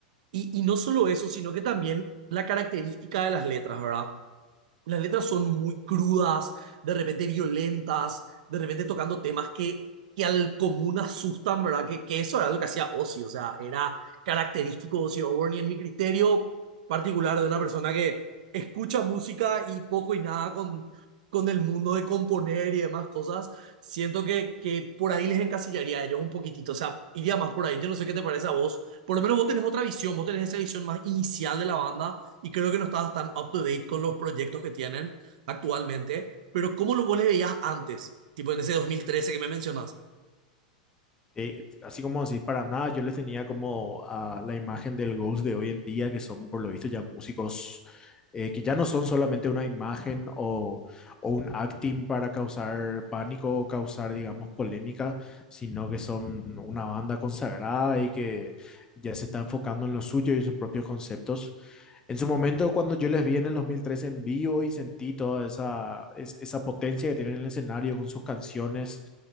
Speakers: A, on the right (about 70°); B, on the left (about 20°).
A: Y, y no solo eso, sino que también la característica de las letras, ¿verdad? Las letras son muy crudas, de repente violentas, de repente tocando temas que, que al común asustan, ¿verdad? Que, que eso era lo que hacía Ozzy, o sea, era característico de Ozzy Osbourne y en mi criterio particular de una persona que escucha música y poco y nada con, con el mundo de componer y demás cosas, siento que, que por ahí les encasillaría a ellos un poquitito, o sea, iría más por ahí, yo no sé qué te parece a vos, por lo menos vos tenés otra visión, vos tenés esa visión más inicial de la banda y creo que no estabas tan up to date con los proyectos que tienen actualmente, pero ¿cómo lo vos le veías antes? Tipo en ese 2013 que me mencionas.
B: eh, así como decís, para nada, yo les tenía como a la imagen del Ghost de hoy en día, que son por lo visto ya músicos eh, que ya no son solamente una imagen o, o un acting para causar pánico o causar, digamos, polémica, sino que son una banda consagrada y que ya se está enfocando en lo suyo y en sus propios conceptos. En su momento, cuando yo les vi en el 2013 en vivo y sentí toda esa, es- esa potencia que tienen en el escenario con sus canciones,